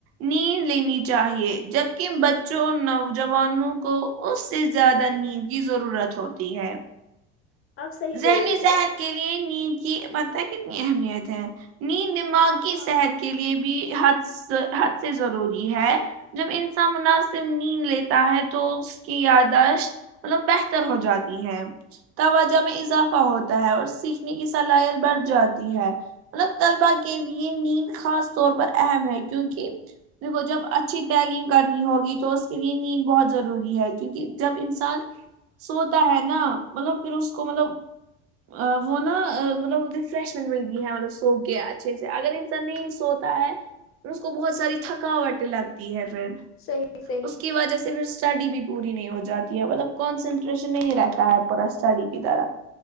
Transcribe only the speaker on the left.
آپ صحیح
بول رہی
ہو
ہاں
ہاں
صحیح صحیح